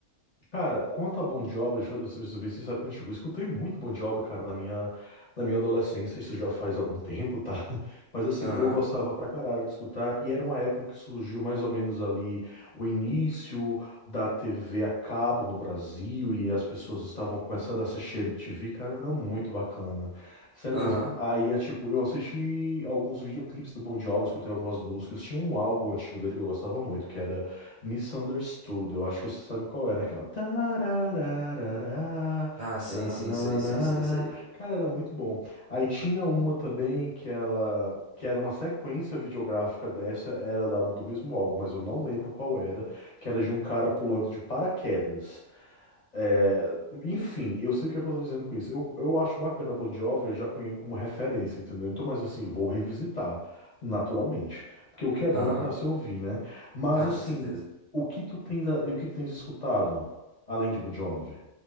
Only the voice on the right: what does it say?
Aham,
aham.
Ah, sim,
sim, sei, sei, sei, sei.
Aham.
Ah,
com certeza.